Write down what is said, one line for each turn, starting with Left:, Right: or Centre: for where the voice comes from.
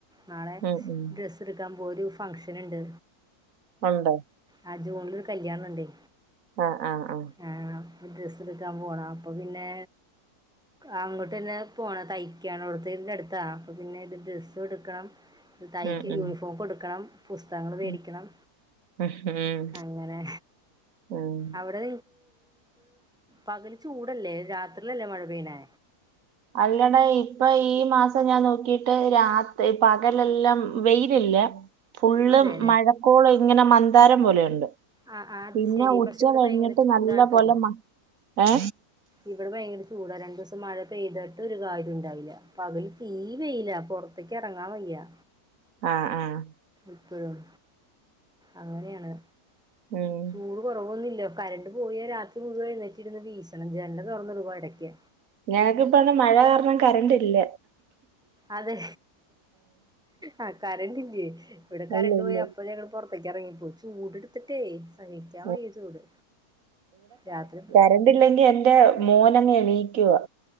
Centre: നാളെ
Right: ഉം ഉം.
Centre: ഡ്രസ് എടുക്കാൻ പോരു ഫംഗഷന്ണ്ട്
Right: ഉണ്ടോ
Centre: ആ ജൂണിലൊരു കല്ല്യാണണ്ടേ
Right: ആഹ് ആഹ് ആഹ്
Centre: ആഹ് ഡ്രസ്സെടുക്കാൻ പോണം അപ്പോ പിന്നെ ആങ് ട്ടെന്നെ പോണം തയ്ക്കാന്നുള്ളടുത്ത ഇതിന്റെടുത്താ അപ്പ പിന്നെ ഇ ഡ്രസ്സ് എടുക്കണം തയ്ക്ക്
Right: ഉം ഉം
Centre: യൂണിഫോം കൊടുക്കണം പുസ്തകങ്ങൾ വേടിക്കണം
Right: ഉം ഉം
Centre: അങ്ങനെ
Right: ഉം.
Centre: അവിടെ പകൽ ചൂടല്ലേ രാത്രിലല്ലേ മഴ പെയ്യ്ണെ
Right: അല്ലടാ ഇപ്പൊ ഈ മാസം ഞാൻ നോക്കിട്ട് രാത്രി പകലെല്ലാം വെയിലല്ലേ ഫുള്ള്
Centre: അതെ അല്ലേ
Right: മഴക്കോള് ഇങ്ങനെ മന്താരം പോലെയുണ്ട്
Centre: ആഹ് ആഹ് അത്
Right: പിന്നെ
Centre: ശെരി
Right: ഉച്ച
Centre: പക്ഷെ ഇവിടെ
Right: കഴിഞ്ഞിട്ട്
Centre: ഭയങ്കര ചൂടാട്ടോ
Right: നല്ല പോലെ മ- ഏ
Centre: ഇവിടെ ഭയങ്കര ചൂടാ രണ്ടു ദിവസം മഴ പെയ്തിട്ട് ഒരു കാര്യണ്ടാവില്ല പകല് തീ വെയില പുറത്തേക്ക് ഇറങ്ങാൻ വയ്യാ
Right: ആഹ് ആഹ്
Centre: ഇപ്പോഴും അങ്ങനെയാണ്
Right: ഉം
Centre: ചൂട് കുറവൊന്നുല്ല കറണ്ട് പോയി രാത്രി മുഴുവൻ എഴുന്നെട്ടിരുന്ന് വീഷണം ജനല് തൊർന്നിടും അടയ്ക്ക്
Right: ഞങ്ങക്കിപ്പന്ന് മഴ കാരണം കറന്റില്ല
Centre: അതെ ആ കരണ്ടില്ലേ ഇവിടെ കരണ്ട്
Right: ഇല്ല ഇല്ല
Centre: പോയി അപ്പൊ ഞങ്ങ പൊറത്തേക്ക് ഇറങ്ങിപ്പോ ചൂടെടുത്തിട്ടേ സഹിക്കാൻ
Right: ഉം.
Centre: വയ്യ ചൂട് രാത്രി
Right: വണ്ടില്ലെങ്കി എൻ്റെ മോനങ്ങെണീക്കുവാ